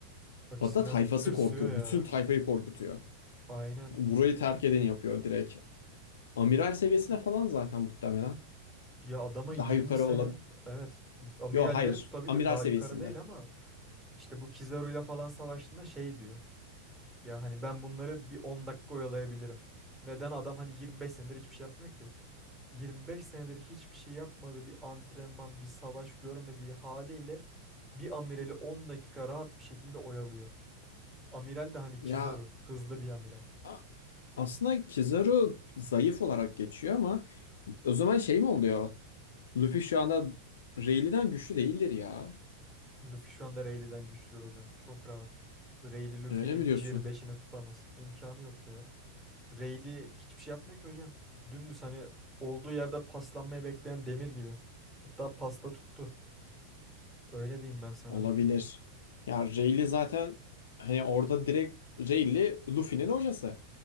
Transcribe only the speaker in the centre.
Hakisinden
tırsıyor
ya.
Aynen.
Ya adama
20
sene
evet amiralleri
tutabiliyor.
Daha
yukarı değil ama işte bu Kizaru'yla falan savaştığında şey diyor. Ya hani ben bunları bir 10 dakika oyalayabilirim. Neden adam hani 25 senedir hiçbir şey yapmıyor ki? 25 senedir hiçbir şey yapmadığı bir antrenman, bir savaş görmediği haliyle bir amirali 10 dakika rahat bir şekilde oyalıyor. Amiral de hani
Kizaru, hızlı bir amiral.
Luffy şu anda Rayleigh'den güçlüdür hocam. Çok rahat. Rayleigh Luffy'nin
Gear beşini tutamaz. İmkanı yok ya. Rayleigh hiçbir şey yapmıyor ki hocam. Dümdüz hani olduğu yerde paslanmaya bekleyen demir gibi. Hatta pasta tuttu. Öyle diyeyim ben sana.